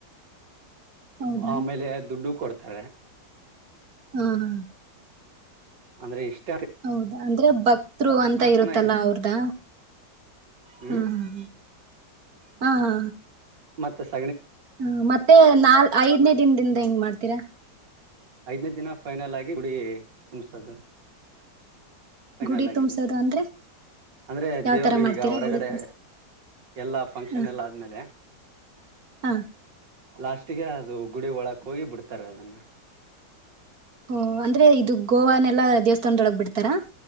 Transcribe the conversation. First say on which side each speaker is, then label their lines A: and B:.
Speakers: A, on the right (about 55°); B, on the right (about 75°).
A: ಹೌದಾ
B: ಆಮೇಲೆ ದುಡ್ಡು ಕೊಡ್ತ ತರೇ
A: ಹ್ಮ್
B: ಅಂದ್ರೆ ಇಷ್ಟ
A: ಹೌದಾ ಅಂದ್ರೆ ಭಕ್ತ್ರು ಅಂತ ಇರುತ್ತಲ್ಲಾ
B: ಚೆನ್ನಾಗಿರುತ್ತೆ
A: ಅವ್ರದ
B: ಹ್ಮ್
A: ಹಾ ಹಾ ಹಾ ಹಾ ಹಾ
B: ಮತ್ತಸಾ
A: ಹ ಮತ್ತೆ ನಾ ಐದನೇ ದಿನದಿಂದ ಹೆಂಗ್ ಮಾಡ್ತ ತಿರ
B: ಐದನೇ ದಿನ ಫೈನಲ್ ಆಗಿ ಗುಡಿ ತುಂಬಸದು ಫೈನಲ್
A: ಗುಡಿ
B: ಆಗಿರುತ್ತೆ
A: ತುಂಬಸೋದು ಅಂದ್ರೆ
B: ಅಂದ್ರೆ
A: ಯಾವ್
B: ದೇವ್ರು
A: ತರ ಮಾಡ್ತೀರಾ
B: ಈಗ ಹೊರಗಡೆ
A: ಗುಡಿ ತುಂಬಸ
B: ಎಲ್ಲ ಫಂಕ್ಷನ್
A: ಹ
B: ಎಲ್ಲ ಆದ್ಮೇಲೆ
A: ಹಾ
B: ಲಾಸ್ಟ್ಗೆ ಅದು ಗುಡಿ ಒಳಕ್ ಹೋಗಿ ಬಿಡ್ತಾರ ಅದನ್ನ
A: ಓ ಅಂದ್ರೆ ಇದು ಗೋವಾನೆಲ್ಲಾ ದೇವಸ್ಥಾನದೊಳಗೆ ಬಿಡ್ತಾರಾ